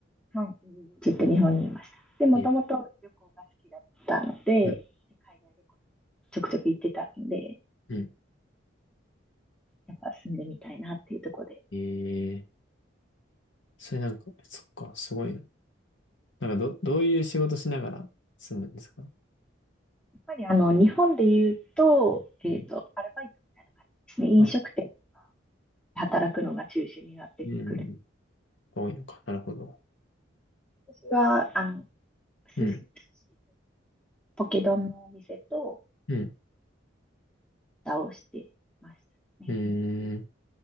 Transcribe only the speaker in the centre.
はい。ずっと日本にいました。で、もともと旅行が好きだったので、
海外旅行ちょくちょく行ってたので、
やっぱ住んでみたいなっていうところで、や
っぱりあの日本で言うと、えーと、
アルバイトみたいな感じですね、飲食店で
働くのが中心になってくる。
私はあの
寿司、寿司ポケ丼のお店と
蓋をしてましたね。